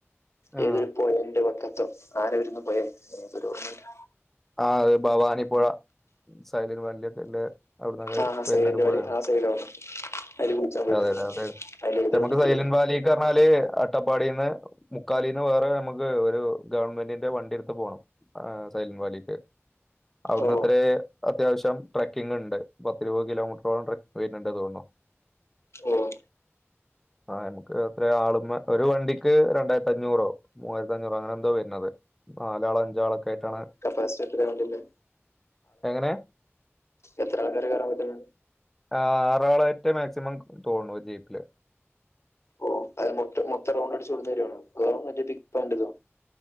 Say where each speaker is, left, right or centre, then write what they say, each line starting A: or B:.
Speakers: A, in the centre; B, on the left (about 70°).
A: ആ
B: ഏതൊരു പോയേന്റെ വക്കത്ത്ആരവിരുന്ന് പോയെഎനിക്കൊരു ഓർമ്മ ഇല്ല
A: ആഹ് അഹ് അത് ഭവാനിപ്പുഴ സൈഡില് പള്ളി ഒക്കെ ഇല്ലേ അവിടന്നൊക്കെ
B: ആ ആ
A: വരുന്ന
B: സൈഡിന്റെ
A: ഒരു പുഴ
B: വഴി
A: ആണ്
B: ആ സൈഡാണ് അതിൽ കുളിച്ചാൻ പോയിട്ടുണ്ട്
A: അതെയതെ അതെ
B: അതിൽ ഏതൊരു
A: നമുക്ക്
B: മുക്കില്
A: സൈലന്റ് വാലിക്ക് പറഞ്ഞാല് അട്ടപ്പാടിന്ന് മുക്കാലീന്ന് വേറെ നമുക്ക് ഒരു ഗവൺമെന്റിന്റെ വണ്ടി എടുത്ത് പോണം സൈലന്റ് വാലി ക്ക് അവിടുന്ന്
B: ഓ
A: അത്രേ അത്യാവശ്യം ട്രക്കിംങ് ണ്ട് പത്തിരുപത് കിലോമീറ്ററോളം ട്രക്കിംങ് വരുന്നുണ്ട് തോന്നുന്നു
B: ആഹ്
A: ആഹ നമുക്ക് അത്ര ആളന്ന് ഒരു വണ്ടിക്ക് രണ്ടായിരത്തി അഞ്ഞൂറോ മൂവായിരത്തി അഞ്ഞൂറോ അങ്ങനെ എന്തോ വരുന്നത് നാലാളോ അഞ്ചാളൊക്കെ ആയിട്ടാണ്
B: ഫസ്റ്റ് എത്രെ വാണ്ടീന്ന്.
A: എങ്ങനെ
B: എത്രയാൾക്കാര് കയറാൻ പറ്റാ
A: ആ ആറാളായിറ്റ മാക്സിമം തോന്ന് ണു ജീപ്പില്
B: ഓ അത് മൊത്തം മൊത്തം റൗണ്ടട്ച്ചോ ടുന്നൊരാണോ അതോ മറ്റതിപ്പാൻ്റതൊ